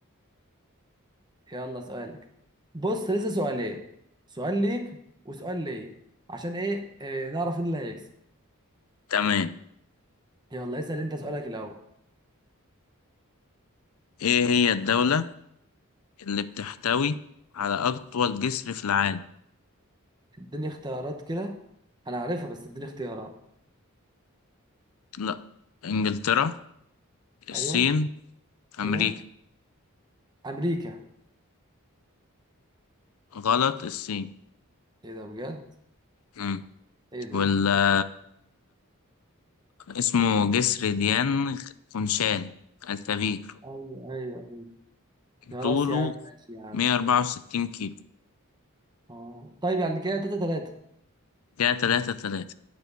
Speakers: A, on the right; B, on the left.
A: يلا سؤالك بص لسه سؤالين سؤال ليك وسؤال ليا عشان ايه آه، نعرف مين اللي هيكسب
B: تمام
A: يلا اسأل انت سؤالك الاول
B: إيه هي الدولة اللي بتحتوي على أطول جسر في العالم
A: اديني اختيارات كده انا عارفها بس اديني اختيارات
B: لا إنجلترا الصين
A: ايوه
B: أمريكا
A: ايوه امريكا
B: غلط الصين
A: ايه ده بجد
B: مم.
A: ايه ده
B: ولا اسمه جسر ديان خونشان الكبير
A: ايوه ايوه أيوه. خلاص
B: طوله
A: يا عم ماشي يا عم
B: 164 كيلو
A: اه طيب يعني كده تلاتة تلاتة
B: كده 3